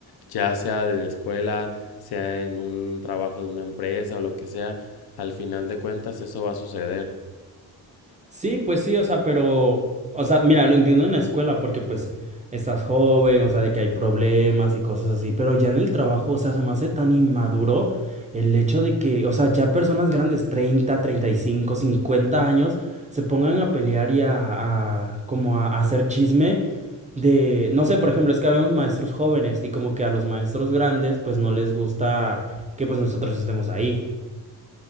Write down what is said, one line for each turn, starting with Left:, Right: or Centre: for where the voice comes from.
Left: ya sea en la escuela, sea en un trabajo de una empresa o lo que sea, al final de cuentas eso va a suceder.
Right: Sí, pues sí, o sea, pero, o sea, mira, lo entiendo en la escuela porque pues estás joven, o sea, de que hay problemas y cosas así, pero ya en el trabajo, o sea, se me hace tan inmaduro el hecho de que, o sea, ya personas grandes, treinta treinta y cinco cincuenta años, se pongan a pelear y a, a- como a, a hacer chisme de, no sé, por ejemplo, es que habemos maestros jóvenes y como que a los maestros grandes pues no les gusta que pues nosotros estemos ahí.